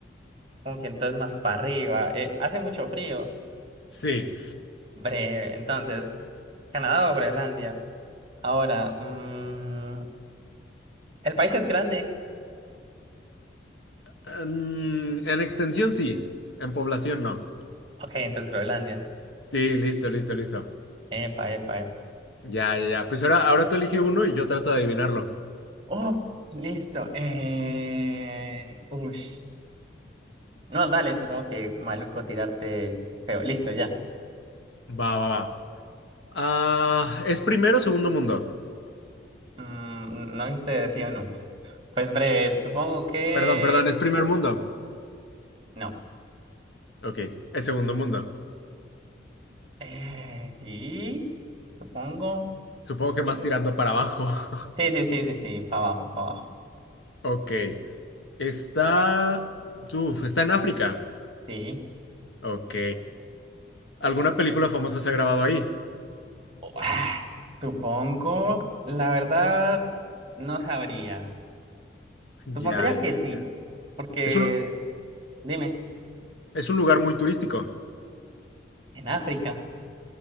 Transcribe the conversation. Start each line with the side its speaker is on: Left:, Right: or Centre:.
Right: como que entonces más para arriba. Eh, hace mucho frío.
Left: Sí.
Right: Breve. Entonces, Canadá o Groenlandia. Ahora, mm, el país es grande.
Left: Mm, en extensión sí, en población no.
Right: Ok, entonces Groenlandia.
Left: Sí, listo, listo, listo.
Right: Epa, epa, epa.
Left: Ya, ya, ya. Pues ahora, ahora tú elige uno y yo trato de adivinarlo.
Right: Oh, listo. Eh... ush. No, dale, supongo que maluco tirarte feo. Listo, ya.
Left: Va, va, va. Ah, ¿es primero o segundo mundo?
Right: Mm, no hice sí o no. Pues breve, supongo que
Left: Perdón, perdón, es primer mundo.
Right: no.
Left: Ok, es segundo mundo.
Right: Eh, sí, supongo.
Left: Supongo que más
Right: Eh,
Left: tirando para abajo. <laughs>
Right: Sí, sí, sí, sí, sí, para abajo, para abajo.
Left: Ok. Está... Uf, está en África.
Right: Sí.
Left: Ok. ¿Alguna película famosa se ha grabado ahí?
Right: Oh, ah, Supongo, la verdad, no sabría.
Left: Ya,
Right: Supondría
Left: ya,
Right: que sí,
Left: ya.
Right: porque,
Left: Es un,
Right: dime,
Left: es un lugar muy turístico.
Right: en África.